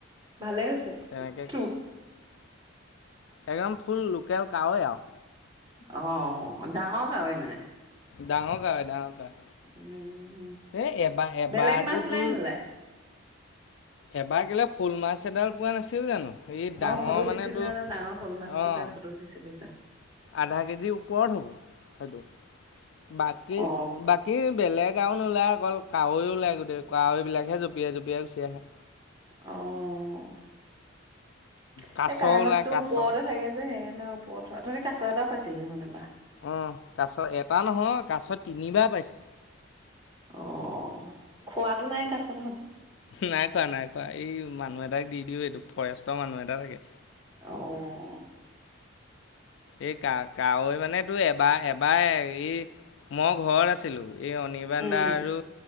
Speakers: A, on the right (about 20°); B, on the left (about 60°).
A: ভালেই হৈছে,
B: তেনেকৈ
A: তো
B: একদম ফুল লোকেল কাৱৈ আৰু।
A: অ', ডাঙৰ কাৱৈ মানে?
B: ডাঙৰ কাৱৈ, ডাঙৰ। কাৱৈ
A: উম,
B: এই এবাৰ এবাৰতো
A: বেলেগ মাছ ওলাই
B: তোৰ
A: নে নোলাই?
B: এবাৰ কেলেই শ'ল মাছ এডাল পোৱা নাছিলো জানো? এই ডাঙৰ
A: অ', ফটো
B: মানে
A: দিছিল
B: তোৰ
A: নহয় ডাঙৰ শ'ল মাছটো
B: অঁ
A: পাই ফটো দিছিলি তই।
B: আধা কেজিৰ ওপৰত হ'ব সেইটো, বাকী,
A: অ
B: বাকী বেলেগ গাঁওত নোলায় আকৌ কাৱৈ ওলাই গোটেই কাৱৈবিলাকহে জঁপিয়াই, জঁপিয়াই গুচি আহে।
A: অ' এই
B: কাছ
A: কাৱৈ
B: ওলাই
A: মাছটো
B: কাছ
A: ওপৰতে থাকে যে, সেইকাৰণে অ', কাছ এটাও পাইছিলি দেখোন এবাৰ।
B: অ' কাছ এটা নহয়, কাছ তিনিবাৰ পাইছো।
A: অ', খোৱাটো নাই কাছ তহঁতি?
B: নাই খোৱা নাই খোৱা এই মানুহ এটাক দি দিওঁ, এইটো ফৰেষ্টৰ মানুহ এটা থাকে।
A: অ'।
B: এই কা কাৱৈ মানে তোৰ এবাৰ, এবাৰ এই মই ঘৰত আছিলো, এই অনিৰ্বাণ
A: উম,
B: দা আৰু